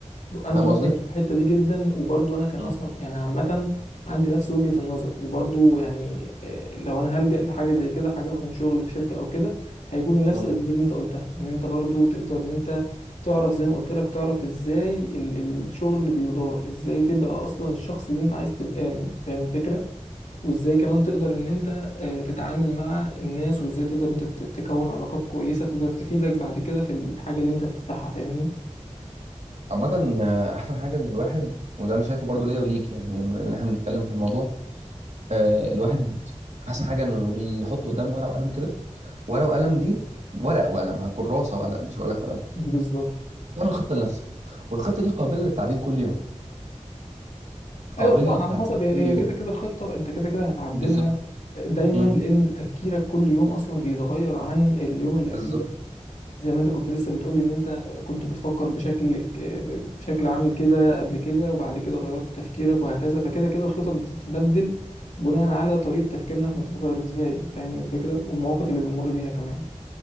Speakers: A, on the left (about 80°); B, on the right (about 65°).
A: انا
B: فاهم
A: موافقك
B: قصدي؟
A: في الحتة دي جدا وبرضو انا كان
B: مم.
A: اصلا يعني عامة عندي نفس وجهة النظر وبرضو يعني آه، لو انا هلجأ لحاجة زي كده حاجة مثلا شغل في شركة او كده هيكون لنفس
B: مم.
A: الاسباب اللي انت قلتها ان انت برضو تقدر ان انت تعرف زي ما قلت لك تعرف ازاي ال- الشغل اللي بيدار ازاي تبقى اصلا الشخص اللي انت عايز تبقى فاهم الفكرة وازاي كمان تقدر ان انت آه، تتعامل مع الناس وازاي تقدر انت ت- تكون علاقات كويسة تقدر تفيدك بعد كده في الحاجة اللي انت هتفتحها فاهمني
B: عامة آه، أحسن حاجة إن الواحد وده أنا شايفه برضو ليا وليك يعني بما إن إحنا بنتكلم في الموضوع آه، الواحد أحسن حاجة إنه يحط قدامه ورقة وقلم كده ورقة وقلم دي ورق وقلم كراسة وقلم مش هقول لك ورقة
A: بالظبط
B: تعمل خطة لنفسك والخطة دي قابلة للتعديل كل يوم
A: ايوه
B: قابلة
A: طبعا
B: للتعديل
A: على حسب هي
B: كل
A: هي
B: يوم
A: كده كده الخطة انت كده كده هتعدلها
B: بالظبط
A: دايما
B: امم
A: لان تفكيرك كل يوم اصلا بيتغير عن اليوم اللي قبله
B: بالظبط
A: زي ما انت كنت لسه بتقولي ان انت كنت بتفكر بشكل بشكل عامل كده قبل كده وبعد كده غيرت تفكيرك وهكذا فكده كده الخطط بتتبدل بناء على طريقة تفكيرنا احنا بتتغير ازاي فاهمني الفكرة والمواقف اللي بنمر بيها كمان